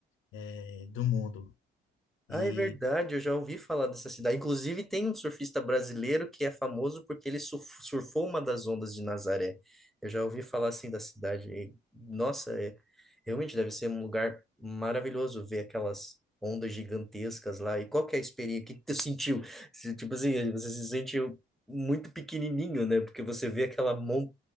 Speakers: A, on the left; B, in the centre.
A: eh, do mundo.
B: Ah,
A: E
B: é verdade, eu já ouvi falar dessa cidade. Inclusive, tem um surfista brasileiro que é famoso porque ele surf- surfou uma das ondas de Nazaré. Eu já ouvi falar assim da cidade. E, nossa, é, realmente deve ser um lugar maravilhoso ver aquelas ondas gigantescas lá. E qual que é a experiência? O que que tu sentiu? Se, Tipo assim, você se sentiu muito pequenininho, né? Porque você vê aquela, mon